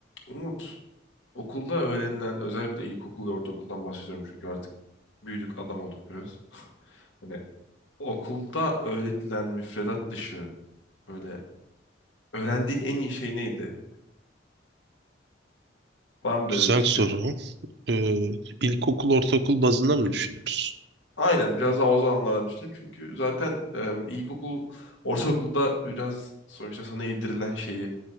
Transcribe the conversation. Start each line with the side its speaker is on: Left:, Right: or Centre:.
Left: Umut, okulda öğrenilen özellikle ilkokul ve ortaokuldan bahsediyorum çünkü artık büyüdük adam olduk biraz. <laughs> Hani okulda öğretilen müfredat dışı böyle öğrendiğin en iyi şey neydi? Var mı
Right: Güzel
Left: böyle bir fikrin?
Right: soru. Ee, ilkokul, ortaokul bazında mı düşünüyoruz?
Left: Aynen biraz daha o zamanlardan düşünün çünkü zaten e, ilkokul, ortaokulda biraz sonuçta sana yedirilen şeyi